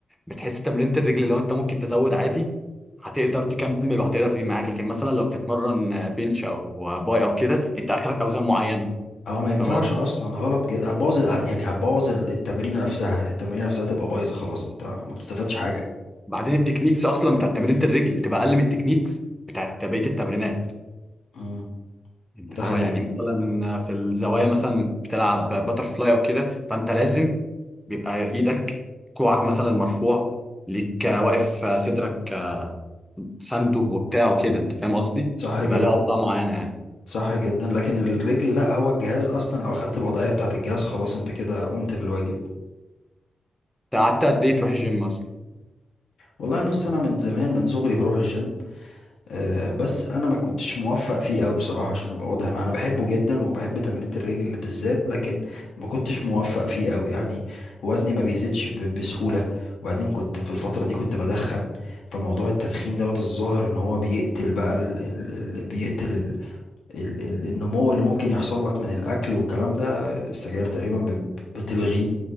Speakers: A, in the centre; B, on the left (about 85°).
A: بتحس تمرينة الرجل اللي هو انت ممكن تزود عادي هتقدر تكمل وهتقدر تيجي معاك لكن مثلا لو بتتمرن بنش او باي او كده انت اخرك اوزان معينه
B: اه ما
A: انت
B: ينفعش
A: فاهم
B: اصلا غلط جدا هتبوظ ه- يعني هتبوظ ال- التمرين نفسها التمرين نفسها تبقى بايظه خلاص انت ما بتستفادش حاجه
A: بعدين التكنيكس اصلا بتاعت تمرينة الرجل بتبقى اقل من التكنيكس بتاعت بقية التمرينات
B: امم
A: انت
B: ده
A: فاهم
B: حقيقي
A: يعني مثلا في الزوايا مثلا بتلعب باتر فلاي او كده فانت لازم بيبقى ايدك كوعك مثلا مرفوع ليك واقف صدرك ساندو وبتاع وكده انت فاهم قصدي؟
B: مم. صح
A: بيبقى
B: جدا
A: لها اوضاع معينة يعني
B: صح جدا لكن الرجل لا هو الجهاز اصلا لو اخدت الوضعيه بتاعت الجهاز خلاص انت كده قمت بالواجب
A: انت قعدت قد ايه تروح الجيم اصلا؟
B: والله بص انا من زمان من صغري بروح الجيم آه، بس انا ما كنتش موفق فيه قوي بصراحه عشان ابقى واضح معاه انا بحبه جدا وبحب تمرينة الرجل بالذات لكن ما كنتش موفق فيه قوي يعني وزني ما بيزيدش ب- بسهوله وبعدين كنت في الفتره دي كنت بدخن فموضوع التدخين دوت الظاهر ان هو بيقتل بقى ال ال ال بيقتل ال ال ال النمو اللي ممكن يحصل لك من الاكل والكلام ده السجاير تقريبا بت- بتلغيه